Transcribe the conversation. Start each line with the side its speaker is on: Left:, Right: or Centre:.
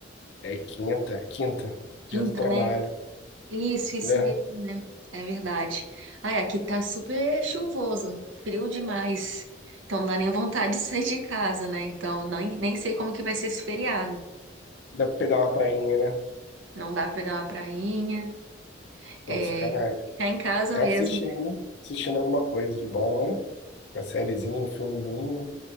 Left: É quinta, quinta, dia
Right: Quinta,
Left: do trabalho,
Right: né? Isso, isso
Left: né?
Right: mesmo, né? É verdade. Ai, aqui tá super chuvoso, frio demais. Então não dá nem vontade de sair de casa, né? Então nem, nem sei como que vai ser esse feriado.
Left: Dá pra pegar uma prainha, né?
Right: Não dá pra pegar uma prainha,
Left: Pô,
Right: é,
Left: sacanagem.
Right: ficar em casa
Left: Tá
Right: mesmo.
Left: assistindo, assistindo alguma coisa de bom, né? Uma sériezinha, um filmezinho.